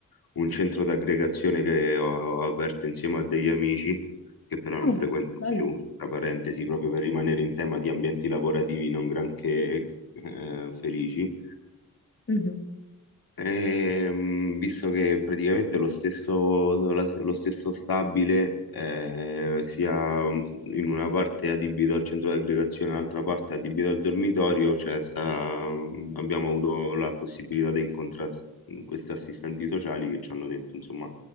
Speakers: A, on the left (about 85°); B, on the left (about 40°).
A: un centro d'aggregazione che ho aperto insieme a degli amici che però non
B: Ah,
A: frequento
B: bello.
A: più, tra parentesi, proprio per rimanere in tema di ambienti lavorativi non granché eh, felici.
B: Mhm.
A: Ehm, visto che praticamente lo stesso, la- lo stesso stabile eh, sia mm, in una parte adibito al centro di aggregazione, l'altra parte adibito al dormitorio, cioè sta- mm, abbiamo avuto la possibilità di incontrare s- mm, questi assistenti sociali che ci hanno detto, insomma,